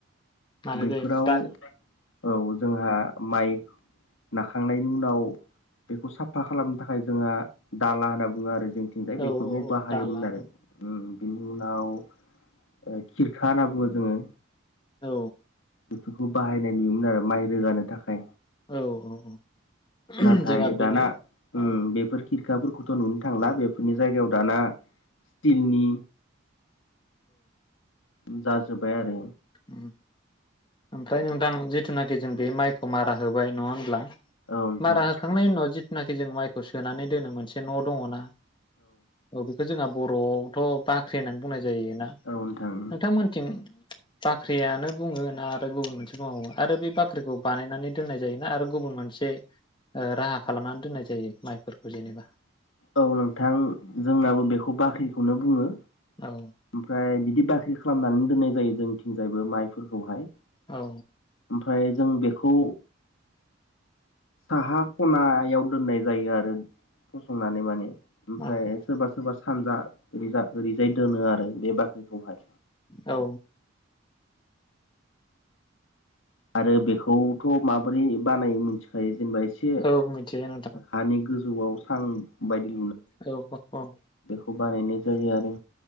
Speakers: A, on the left; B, on the left.
A: मानाय
B: बैफोराव
A: जायोमोन दा
B: औ जोंहा माइ नाखांनायनि उनाव बेखौ साफा खालामनो थाखाय जोंहा दाला होनना बुङो आरो जोंथिंजाय बेफोरखौ
A: औ
B: बाहायोमोन
A: औ दाला
B: आरो उम बिनि उनाव ओ खिरखा होनना बुङो जोङो।
A: औ।
B: बेफोरखौ बाहायनाय नुयोमोन आरो माइ रोगानो थाखाय।
A: औ
B: नाथाय
A: जोंहा
B: दाना
A: बेनि
B: उम
A: औ
B: बेफोर खिर <unintelligible> नुनो थांला
A: औ
B: बेफोरनि जायगायाव दाना स्टिलनि जाजोबबाय आरो।
A: उम ओमफ्राय नोंथां जिथुनाखि जों बे माइखौ मारा होबाय नङा होनब्ला।
B: औ नोंथां
A: मारा होखांनायनि उनाव जि जिनाखि जों माइखौ सोनानै दोनो मोनसे न दङ ना औ बेखौ जोंहा बर' बर'आवथ बाख्रि होननानै बुंनाय जा जायोना
B: औ नोंथां
A: नोंथांमोनथिं बाख्रियानो बुंङो ना दा गुबुन मोनसे मावो। आरो बे बाख्रिखौ बानायनानै दोननाय जायोना आरो गुबुन मोनसे ओ राहा खालामनानै दोननाय जायो माइफोरखौ जेनेबा
B: औ नोंथां जोंनाबो बेखौ बाख्रिखौनो बुङो।
A: औ
B: ओमफ्राय बिदि बाख्रि खालामनानै दोननाय जायो जोंथिंजायबो माइफोरखौहाय
A: औ।
B: ओमफ्राय जों बेखौ साहा खनायाव दोननाय जायो आरो फसंनानै माने। ओमफ्राय
A: औ
B: सोरबा सोरबा सो सानजा ओरैज ओरैजाय दोनो आरो आरो बे बाख्रिखौहाय
A: औ
B: आरो बेखौथ माबोरै बानाय मोनथिखायो जेनेबा एसे
A: औ मिथियो नोंथां
B: हानि जौआव सान बायदि
A: औ <unintelligible>
B: खौ बानायनाय जायो आरो